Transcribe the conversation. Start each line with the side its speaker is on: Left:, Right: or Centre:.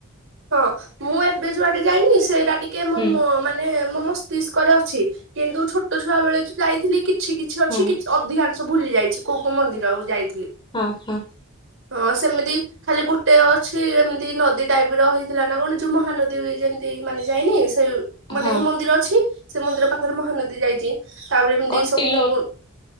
Right: ହଁ ମୁଁ ଏବେ ଯୁଆଡେ ଯାଇନି ସେଇରା ଟିକେ ମୁଁ
Left: ହୁଁ
Right: ମୋ ମାନେ ମୋ ମସ୍ତିଷ୍କରେ ଅଛି। କିନ୍ତୁ ଛୋଟ ଛୁଆ ବେଳେ ଯାଇଥିଲି କିଛି କିଛି ଅଛି
Left: ହଁ
Right: କିଛି ଅଧିକାଂଶ ଭୁଲି ଯାଇଛି। କୋଉ କୋଉ ମନ୍ଦିର ଓ ଯାଇଥିଲି?
Left: ହଁ ହଁ।
Right: ହଁ ସେମିତି ଖାଲି ଗୋଟେ ଅଛି ଏମିତି ନଦୀ ଟାଇପ ର ହେଇଥିଲା ନା କଣ ଯୋଉ ମହାନଦୀ ଯେମତି ମାନେ ଯାଇନି ସେଇ ମାନେ
Left: ହଁ
Right: ହେ ମନ୍ଦିର ଅଛି ସେ ମନ୍ଦିର ପାଖରେ ମହାନଦୀ ଯାଇଛି ତାପରେ ଏମିତି
Left: କଣ୍ଟିଲୋ
Right: ସବୁ ଉଁ